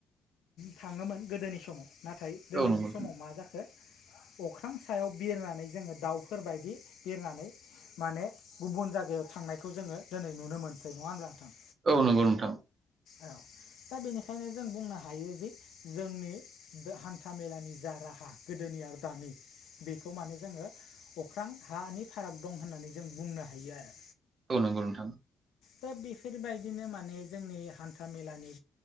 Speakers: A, on the left (about 85°); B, on the right (about 45°).
A: थाङोमोन गोदोनि समाव नाथाय दिनैनि
B: औ नंगौ
A: समाव मा अख्रां सायाव बिरनानै जोङो दाउफोरबायदि बिरनानै माने गुबुन जायगायाव थांनायखौ जोङो दिनै नुनो मोनसै नङा होनब्ला नोंथां।
B: औ नंगौ नोंथां।
A: औ। दा बेनिखायनो जों बुंनो हायोदि जोंनि बे हान्था मेलानि जा राहा। गोदोनि आरो दानि बेखौ माने जोङो अख्रां हानि फाराग दं होननानै जों बुंनो हायो आरो।
B: औ नंगौ नोंथां।
A: दा बेफोरबायदिनो माने जोंनि हान्था-मेलानि